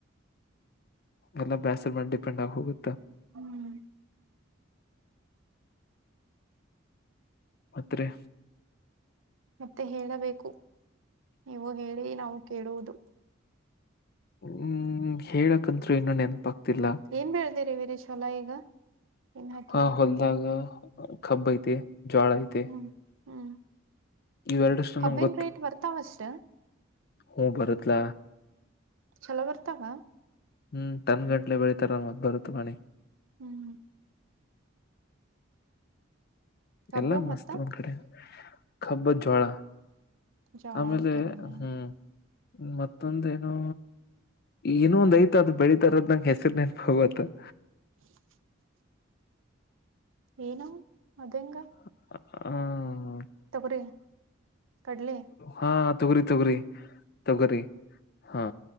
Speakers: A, on the left; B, on the right.
A: ಎಲ್ಲ ಬೇಸರ್ ಮಾಡಿ ಡಿಪೆಂಡ್ ಆಗಿಹೋಗುತೆ
B: ಹ್ಮ್
A: ಮತ್ತೆ
B: ಮತ್ತೆ ಹೇಳಬೇಕು ನೀವು ಹೇಳಿ ನಾವು ಕೇಳುವುದು
A: ಹ್ಮ್ ಹೇಳಕಂತ ಏನು ನೆನಪಾಗ್ತಿಲ್ಲ
B: ಏನ್ ಬೆಳ್ದಿರಿ ವೀರೇಶ್ ಹೊಲ ಈಗ ಏನ್ ಹಾಕಿರಿ
A: ಹಾ ಹೊಲ್ದಾಗ ಕಬ್ಬು ಐತಿ ಜೋಳ ಐತಿ
B: ಹ್ಮ್ ಹ್ಮ್
A: ಇವೆರಡಷ್ಟು
B: ಕಬ್ಬಿನ
A: ನಂಗೆ
B: ರೇಟ್ ಬರ್ತಾವಷ್ಟ
A: ಹ್ಮ್ ಬರುತ್ಲ
B: ಚಲೋ ಬರ್ತಾವ
A: ಹ್ಮ್ ಟನ್ ಗಂಟ್ಲೆ ಬೆಳತಾರ ಮತ್ ಬರುತ್ತ ಬಣಿ <unintelligible>
B: ಹ್ಮ್ ಕಬ್ಬು
A: ಎಲ್ಲಾ ಮಸ್ತ್
B: ಮತ್ತ
A: ಒಂದ ಕಡೆ ಕಬ್ಬು ಜೋಳ
B: ಜೋಳ
A: ಆಮೇಲೆ
B: ಹಾಕಿರೇನ
A: ಹ್ಮ್ ಮತ್ತೊಂದ ಏನು ಇನೊಂದ ಐ್ತ ಅ್ ಬೆಳಿತಾರದ್ ನಂಗೆ ಹೆಸರ ನೆನಪು ಆಗ್ತಿಲ್ಲ
B: ಹ ಏನು ಅದಂಗ
A: ಹ
B: ತೊಗರಿ ಕಡಲೆ
A: ಹಾ ತೊಗರಿ ತೊಗರಿ ತೊಗರಿ ಹಾ